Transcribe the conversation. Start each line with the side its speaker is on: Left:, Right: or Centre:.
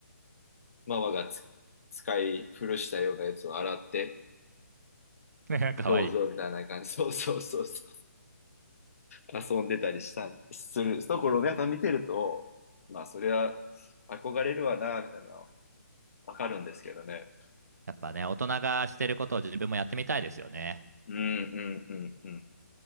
Left: ママがつ使い古したようなやつを洗って、
Right: <laughs> かわいい。
Left: どうぞみたいな感じ、そうそうそうそう、遊んでたりしたん、するところをやっぱ見てると、まあ、それは憧れるわな、みたいなのはわかるんですけどね。
Right: やっぱね、大人がしてることを自分もやってみたいですよね。
Left: うん、うん、うん、うん。